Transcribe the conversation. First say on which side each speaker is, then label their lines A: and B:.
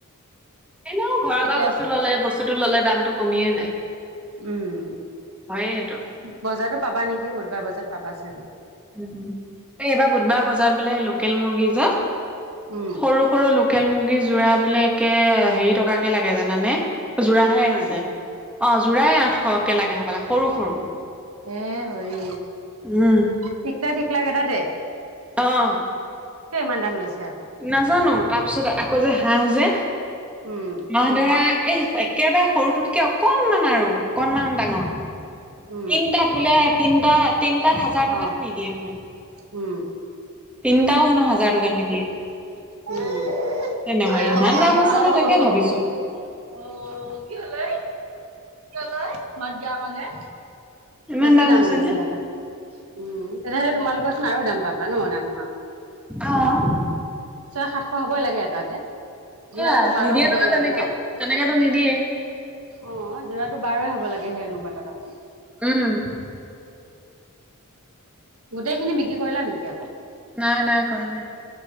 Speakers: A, in the centre; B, on the right.
A: এনেও ঘৰৰ
B: তেতিয়া
A: পৰা বস্তু ল'লে বস্তুতটো ল'লে দামটো কমিয়ে যায়।
B: উম।
A: হয়ে সেইটো।
B: বজাৰটো পাবা নেকি বুধবাৰ বজাৰত পাবা চাগে।
A: উম, এই এইবাৰ বুধবাৰ বজাৰ বোলে লোকেল মুৰ্গী যে
B: উম
A: সৰু সৰু লো লোকেল মুৰ্গী যোৰা বোলে একে হেৰি টকাকে লাগে জানা নে যোৰাহে
B: কিমান
A: আহিছে অ জোৰাই আঠশকে লাগে হ'বলা সৰু সৰু।
B: এ হৰি
A: উম,
B: টিকলা টিকলা কেইটাতে?
A: অঁহ।
B: কিয় ইমান দাম লৈছে আক?
A: নাজানো তাৰপিছতে আকৌ যে হাঁহ যে
B: উম।
A: হাঁহ ধৰা এই একেবাৰে সৰুটোতকে অকনমান আৰু অকনমান ডাঙৰ
B: উম
A: তিনটাত বোলে তিনটা তিনটাত হাজাৰ টকাটো
B: অ
A: নিদিয়ে হেনো!
B: উম।
A: তিনিটাও হেনো হাজাৰ টকাত নিদিয়ে!
B: <unintelligible>
A: তেনেকুৱা ইমান দাম হৈছে নে তাকে ভাবিছো
B: অ কি হল ঐ? কি হল ঐ মাত দিয়া কাৰণে!
A: ইমান
B: বেছি দাম
A: হৈছে
B: লৈছে
A: নে
B: আকৌ, উম। তেতিয়াহ'লে তোমালোকৰচোন আৰু দাম পাবা ন ডাঙৰ
A: অঁ।
B: ছয় সাতশ হবই লাগে এটাতে।
A: সেয়াই
B: যোৰাতটো বাৰ
A: নিদিয়ে
B: হবই
A: নহয়
B: লাগে
A: তেনেকে
B: ন?
A: তেনেকেতো নিদিয়ে
B: অ যোৰাটো বাৰই হ'ব লাগে সেই অনুপাতত আক।
A: উম।
B: গোটেই খিনি বিক্ৰী কৰিলা নেকি আকৌ?
A: নাই নাই কৰা নাই।